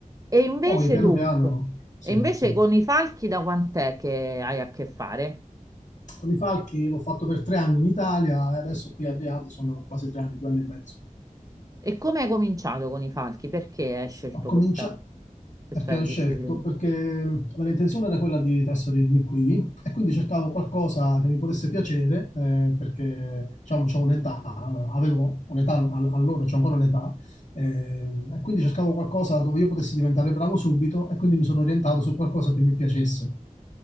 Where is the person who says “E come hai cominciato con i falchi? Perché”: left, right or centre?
Right